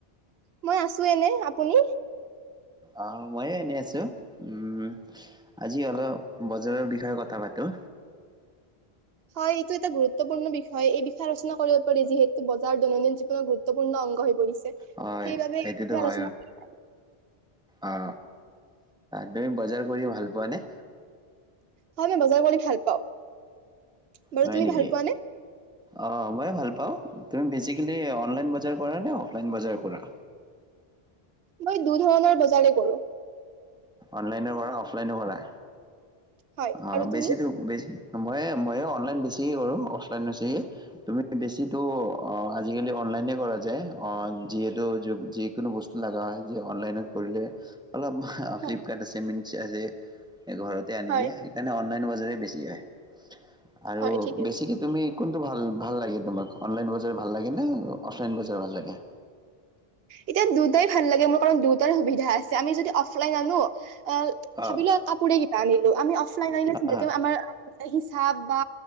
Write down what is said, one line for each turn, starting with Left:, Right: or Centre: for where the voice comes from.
Right: মই আছো এনে। আপুনি?
Centre: অ মইয়ো এনেই আছো উম আজি অলপ বজাৰৰ বিষয়ে কথা পাতো
Right: হয় এইটো এটা গুৰুত্বপূৰ্ণ বিষয় এই বিষয়ে আলচনা কৰিব পাৰি যিহেতু বজাৰৰ দৈনন্দিন জীৱনৰ গুৰুত্বপূৰ্ণ অংগ হৈ পৰিছে।
Centre: হয়
Right: সেইবাবে
Centre: সেইটোতো
Right: এই বিষয়ে
Centre: হয়
Right: আলোচনা কৰা <unintelligible>
Centre: অ তুমি বজাৰ কৰি ভাল পোৱানে?
Right: হয় মই বজাৰ কৰি ভাল পাওঁ বাৰু
Centre: হয়
Right: তুমি
Centre: নেকি
Right: ভাল পোৱা নে
Centre: অ মই ভাল পাওঁ। তুমি বেচিকেলি অনলাইন বজাৰ কৰা নে, অফলাইন বজাৰ কৰা?
Right: মই দু ধৰণৰ বজাৰে কৰো।
Centre: অনলাইনো কৰা অফলাইনো কৰা
Right: হয়
Centre: অ
Right: আৰু
Centre: বেছি
Right: তুমি
Centre: বেছি মযে ময়ে বেছিকে কৰো অফলাইন বেছিকে তুমি বেছিটো অ আজিকালি অনলাইনে কৰা যায়, অ যিহেতু যিকোনো বস্তু লগা হয় অনলাইনত কৰিলে অলপ অ
Right: হয়
Centre: ফ্লিপকাৰ্ট চেমি আছে ঘৰতে আনি
Right: হয়
Centre: দিয়ে তেনে অনলাইন বজাৰে বেছি হয়। আৰু
Right: হয় ঠিকেই
Centre: বেছিকে তুমি কোন ভাল ভাল লাগে তোমাক অনলাইন বজাৰ ভাল লাগে নে অফলাইন বজাৰ ভাল লাগে?
Right: এতিয়া দুটাই ভাল লাগে মোৰ কাৰণ দুটাৰ সুবিধা আছে আমি যদি অফলাইন আনো অ
Centre: অ
Right: ভাবিলো কাপোৰে কিবা আনিলো আমি অফলাইন আনে চিন্তা
Centre: আহ
Right: কৰিম আমাৰ হিচাপ বা